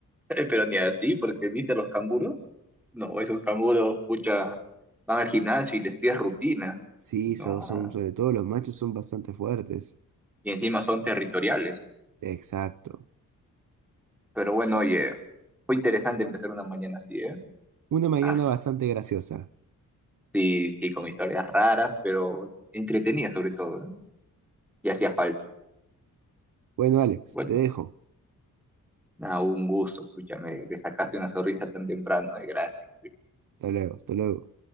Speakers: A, in the centre; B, on the right.
A: Pero ni así, porque viste a los canguros. No, esos canguros, pucha, van al gimnasio y les pides rutina.
B: Sí,
A: No,
B: son, son, sobre todo los machos son bastante fuertes.
A: y encima son territoriales.
B: Exacto.
A: Pero bueno, oye, fue interesante empezar una mañana así, ¿eh?
B: Una mañana
A: Ah,
B: bastante graciosa.
A: sí, sí, con historias raras, pero entretenidas sobre todo, ¿eh? Y hacía falta.
B: Bueno, Alex,
A: Bueno,
B: te dejo.
A: nada, un gusto, pucha, me, me sacaste una sonrisa tan temprano, ¿eh? Gracias.
B: Hasta luego, hasta luego.